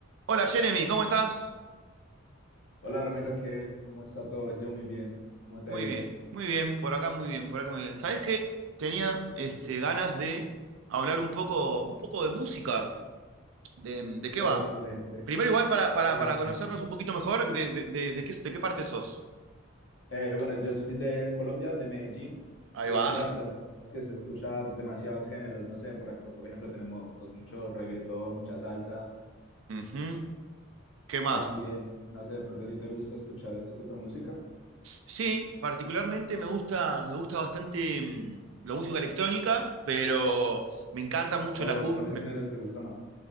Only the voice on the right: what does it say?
Hola Jeremy, ¿cómo estás?
Muy
bien, muy bien, por acá muy bien, por acá muy bien. ¿Sabés qué? Tenía este, ganas de hablar un poco, un poco de música. ¿De, de qué
va? Primero igual para, para,
para conocernos un poquito mejor, de, de, de- de qué, de qué parte sos?
Ahí
va.
Ujú. ¿Qué más?
Sí, particularmente me gusta, me gusta bastante mm, la música electrónica, pero me encanta mucho
la cum...
Me,